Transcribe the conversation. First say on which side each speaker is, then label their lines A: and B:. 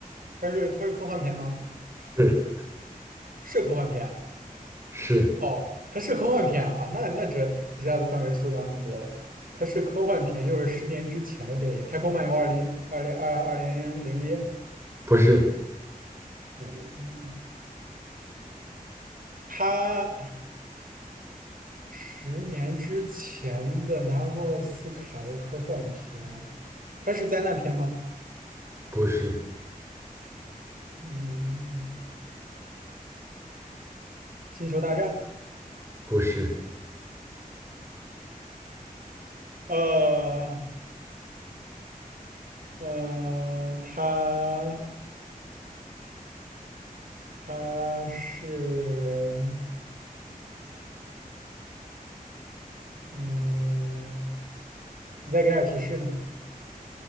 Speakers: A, on the right (about 70°); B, on the right (about 15°).
A: 它是它是科幻片吗？
B: 是
A: 是科幻片
B: 是，
A: 哦，它是科幻片啊，那那这一下子范围缩短很多了。它是科幻片，又是十年之前的电影，《太空漫游二零二零二二零零一》。
B: 不是
A: 嗯，他十年之前的拿过奥斯卡的科幻片，他是灾难片吗？
B: 不是
A: 嗯，《星球大战》。
B: 不是，
A: 呃呃，他他是嗯、你再给点提示呢？